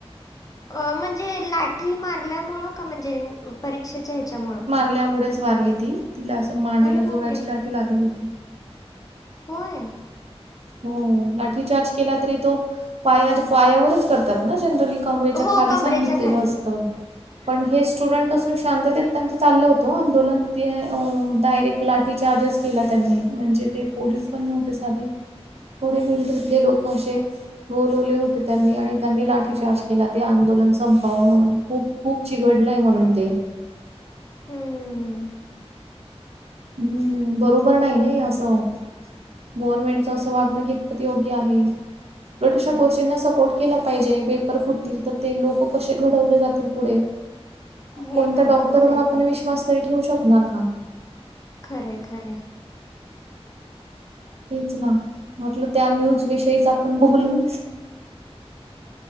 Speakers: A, on the left; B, on the right.
A: अ म्हणजे लाठी मारल्यामुळ का म्हणजे परीक्षेच्या ह्याच्यामुळं?
B: लागल्यामुळेच वारली ती तिला असं मानेला
A: अरे बापरे!
B: जोराची लाठी लागली होती.
A: होय
B: हो लाठीचार्ज केला तरी तो पाया पायावरच करतात ना जनरली, कमरेच्या
A: हो
B: खाली
A: कमरेच्या
B: सांगितलेलं
A: खाली.
B: असत. पण हे स्टुडंट असून शांततेत त्यांच चाललं होतं आंदोलन त डायरेक्ट लाठी चार्जच केला त्यांनी म्हणजे ते पोलीस पण नव्हते साधे पुढे मिलिटरीतले लोक असे बोलवले होते त्यांनी आणि त्यांनी लाठीचार्ज केला ते आंदोलन संपावं म्हणून, - खूप खूप चिघकळलंय म्हणून ते,
A: हम्म.
B: हम्म बरोबर नाही ना हे असं. गव्हर्नमेंटच असं वागणं कितपत योग्य आहे उलटं अश्या गोष्टींना सपोर्ट केला पाहिजे पेपर फुटतील तर ते लोक कसे घडवले जातील पुढे
A: हो
B: कोणत्या
A: ना
B: डॉक्टर
A: बरोबर
B: वर
A: आहे
B: आपण
A: की.
B: विश्वास तरी ठेवू शकणार का
A: खरे खरे
B: हेच ना म्हटलं त्या न्यूज विषयीच आपण बोलू